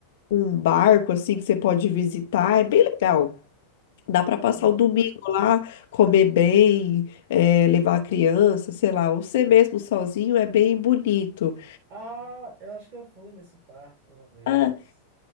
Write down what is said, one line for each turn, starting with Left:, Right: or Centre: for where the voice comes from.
Left: um barco assim que você pode visitar, é bem legal. Dá para passar
Right: Hum, Legal.
Left: o domingo lá, comer bem, eh, levar a criança, sei lá, ou você mesmo sozinho é bem bonito.
Right: Ah, eu acho que eu fui nesse parque uma vez.
Left: Ah,